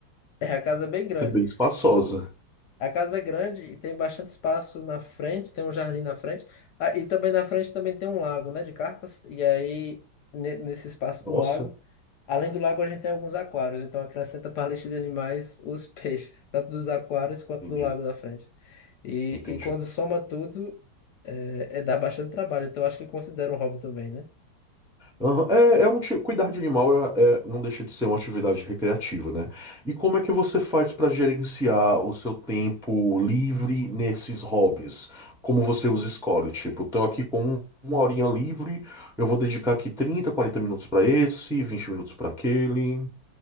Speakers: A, on the left; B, in the centre.
A: É, a casa é bem grande.
B: Deve Ser bem espaçosa.
A: A casa é grande e tem bastante espaço na frente, tem um jardim na frente. Ah, e também na frente também tem um lago, né, de carpas. E aí, ne- nesse espaço
B: Nossa,
A: do lago, além do lago, a gente tem alguns aquários. Então, acrescenta para a <laughs> lista de animais os peixes, tanto dos aquários quanto
B: entendi,
A: do lago da frente. E,
B: entendi.
A: e quando soma tudo, é, é dá bastante trabalho, então acho que considera um hobby também, né?
B: Aham, É, é um ti- cuidar de animal é, é- não deixa de ser uma atividade recreativa, né? E como é que você faz para gerenciar o seu tempo livre nesses hobbies? Como você os escolhe? Tipo, tô aqui com um- uma horinha livre, eu vou dedicar aqui 30, 40 minutos para esse, 20 minutos para aquele.